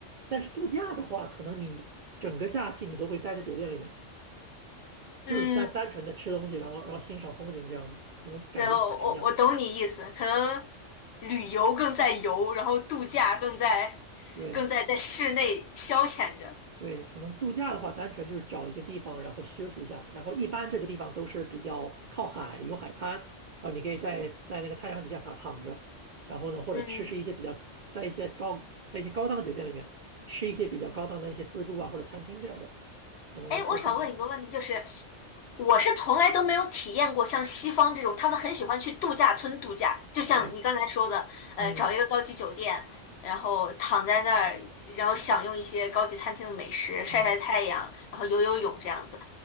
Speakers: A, on the right; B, on the left.
A: 但是度假的话，可能你整个假期你都会待在酒店里面，就是单单纯的吃东西，
B: 嗯。
A: 然后然后欣赏风景这样的，可能感觉不太一样。
B: 然后我我懂你意思，可能旅游更在游，然后度假更在更在在室内消遣着。
A: 对。对，可能度假的话，单纯就是找一个地方，然后休息一下。然后一般这个地方都是比较靠海，有海滩，然后你可以在在那个太阳底下躺躺着，然后呢，或者吃吃一些比较在一些高在一些高档酒店里面吃一些比较高档的一些自助啊或者餐厅这样的，
B: 嗯，
A: 可能这个度假。
B: 哎，我想问一个问题，就是我是从来都没有体验过像西方这种，他们很喜欢去度假村度假，就像你刚才说的，
A: 对，
B: 呃，
A: 嗯
B: 找一个高级酒店，然后躺在那儿，然后享用一些高级餐厅的美食，晒晒太阳，
A: 嗯
B: 然后游游泳这样子。